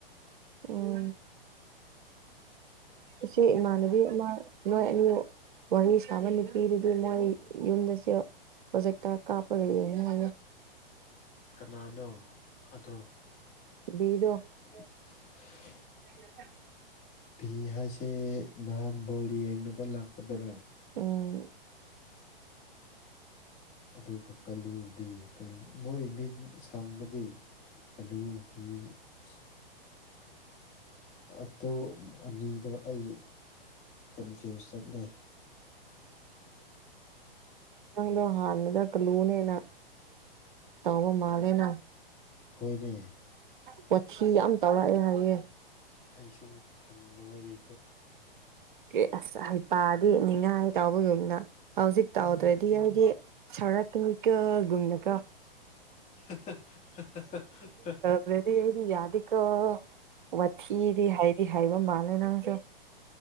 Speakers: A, on the right (about 55°); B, on the left (about 25°).
A: ꯑꯣ ꯏꯆꯦ ꯏꯃꯥꯟꯅꯕꯤ ꯑꯃ ꯅꯣꯏ ꯑꯅꯤ ꯋꯥꯔꯤ ꯁꯥꯕ ꯅꯨꯄꯤꯗꯨꯗꯤ ꯅꯣꯏ ꯌꯨꯝꯗꯁꯨ ꯍꯧꯖꯤꯛ ꯇꯔ ꯀꯥꯄꯔꯅꯦ ꯃ
B: ꯀꯅꯥꯅꯣ ꯑꯗꯣ <unintelligible>
A: ꯕꯤꯗꯣ <inaudible>
B: ꯚꯤ ꯍꯥꯏꯁꯦ ꯅꯍꯥꯟ ꯐꯣꯜꯂꯤ ꯌꯦꯡꯅꯕ ꯂꯥꯛꯄꯗꯨꯔꯥ
A: ꯎꯝ
B: ꯑꯗꯨꯒ ꯀꯥꯂꯨ ꯕꯤ ꯀꯥꯂꯨ ꯃꯣꯏ ꯃꯤꯡ ꯁꯥꯡꯕꯗꯤ ꯀꯥꯂꯨ ꯕꯤ ꯑꯁ ꯑꯗꯣ ꯑꯅꯤꯗꯣ ꯑꯩ ꯀꯟꯐ꯭ꯌꯨꯁ ꯆꯠꯂꯦ
A: ꯗ ꯍꯥꯟꯅꯗ ꯀ ꯂꯨꯅꯦꯅ ꯇꯕ ꯃꯥꯂꯦꯅ
B: ꯍꯅꯦ
A: ꯄꯣꯊꯤ ꯌꯥꯝ ꯇꯧꯔꯑꯦ ꯍꯥꯏꯌꯦꯦ
B: ꯑꯩꯁꯨ ꯈꯪꯗꯕꯒꯤ
A: ꯑꯦ ꯑꯁ ꯍꯩꯄꯥꯗꯤ ꯅꯤꯡꯅꯤꯉꯥꯏ ꯇꯥꯎꯕꯒꯨꯝꯅ ꯍꯧꯖꯤꯛ ꯇꯥꯎꯗ꯭ꯔꯗꯤ ꯑꯩꯗꯤ ꯁꯔꯛꯀꯅꯤꯀꯣ ꯒꯨꯝꯅꯀꯣ
B: ꯍꯥ ꯍꯥ ꯍꯥ ꯍꯥ ꯍꯥ
A: ꯔꯗꯤ ꯑꯩꯗꯤ ꯌꯥꯗꯤꯀꯣ ꯋꯥꯊꯤꯗꯤ ꯍꯥꯏꯗꯤ ꯍꯥꯏꯕ ꯃꯥꯜꯂꯦ ꯅꯪꯁꯨ